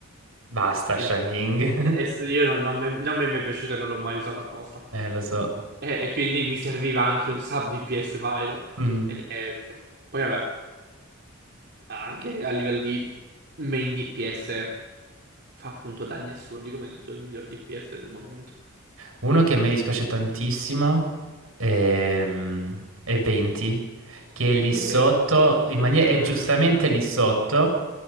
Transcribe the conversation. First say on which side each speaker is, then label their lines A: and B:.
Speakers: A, on the right; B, on the right.
A: Basta,
B: io,
A: Shanling.
B: es-
A: <laughs>
B: io non, non mi non mi è mai piaciuto e non l'ho mai usato apposta.
A: Eh, lo so.
B: E, e quindi mi serviva anche un sub DPS Pyro.
A: Mm.
B: Ed è- Poi vabbè, anche a livello di main DPS fa appunto danni assurdi come hai detto, tu, il miglior DPS del momento.
A: Uno che a me dispiace tantissimo è, è 20, che è lì
B: Vero.
A: sotto, in maniera,
B: Mhm.
A: è giustamente lì sotto,